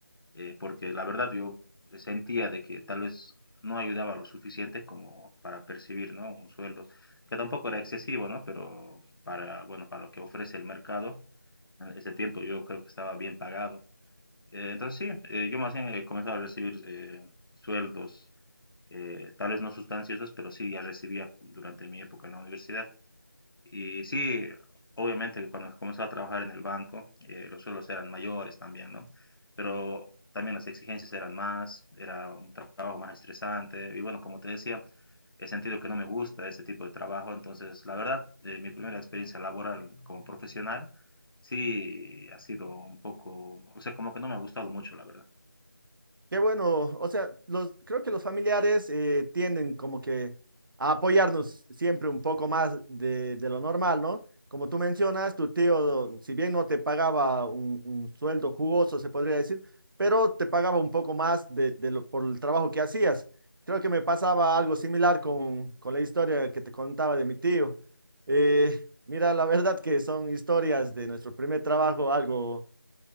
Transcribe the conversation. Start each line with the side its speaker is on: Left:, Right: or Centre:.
Left: eh, porque la verdad yo sentía de que tal vez no ayudaba lo suficiente como para percibir, ¿no? Un sueldo que tampoco era excesivo, ¿no? Pero para, bueno, para lo que ofrece el mercado, en ese tiempo yo creo que estaba bien pagado. Eh, entonces sí, eh, yo más bien he comenzado a recibir eh, sueldos, eh, tal vez no sustanciosos, pero sí ya recibía durante mi época en la universidad. Y sí, obviamente cuando comenzó a trabajar en el banco, eh, los sueldos eran mayores también, ¿no? Pero también las exigencias eran más, era un tra- trabajo más estresante. Y bueno, como te decía, he sentido que no me gusta este tipo de trabajo. Entonces, la verdad, eh, mi primera experiencia laboral como profesional sí ha sido un poco, o sea, como que no me ha gustado mucho, la verdad.
Right: Qué bueno, o sea, los, creo que los familiares eh, tienden como que a apoyarnos siempre un poco más de, de lo normal, ¿no? Como tú mencionas, tu tío, si bien no te pagaba un, un sueldo jugoso, se podría decir, pero te pagaba un poco más de, de lo- por el trabajo que hacías. Creo que me pasaba algo similar con, con la historia que te contaba de mi tío. Eh, mira, la verdad que son historias de nuestro primer trabajo, algo